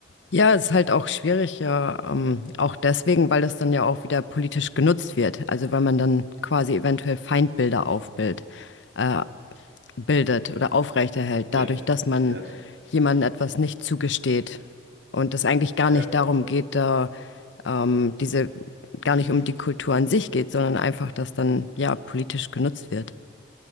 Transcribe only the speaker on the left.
Ja, ist halt auch schwierig, ja, ähm, auch deswegen, weil es dann ja auch wieder politisch genutzt wird. Also weil man dann quasi eventuell Feindbilder aufbildet, äh, bildet oder aufrechterhält,
dadurch, dass man
jemandem etwas nicht zugesteht und es eigentlich gar
nicht darum geht, da ähm, diese gar nicht um die Kultur an sich geht, sondern einfach, dass dann ja politisch genutzt wird.